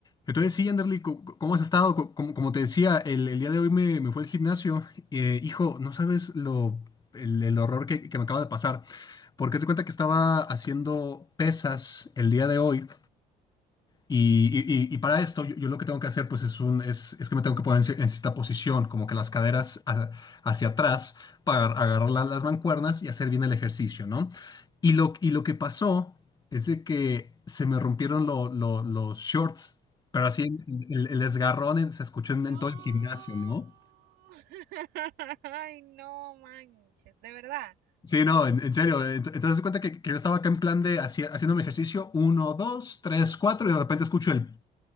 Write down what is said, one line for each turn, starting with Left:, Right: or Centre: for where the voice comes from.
Left: Entonces, sí, Anderly, co- co- ¿cómo has estado? Co- Como, como te decía, el, el día de hoy me, me fue al gimnasio. Eh, hijo, no sabes lo, el, el horror que, que me acaba de pasar. Porque se cuenta que estaba haciendo pesas el día de hoy. Y, y- y- y para esto, yo, yo lo que tengo que hacer, pues, es un, es, es que me tengo que poner en, ci- en cierta posición, como que las caderas ha- hacia atrás, para agarrar la- las mancuernas y hacer bien el ejercicio, ¿no? Y lo, y lo que pasó es de que se me rompieron lo- lo- los shorts, pero así el, el desgarrón en- se escuchó
Right: No.
Left: en, en todo el gimnasio, ¿no?
Right: <laughs> Ay, no manches, de verdad.
Left: Sí, no, en, en serio. ent- Entonces, se cuenta que, que yo estaba acá en plan de haci- haciendo mi ejercicio, uno, dos, tres, cuatro, y de repente escucho el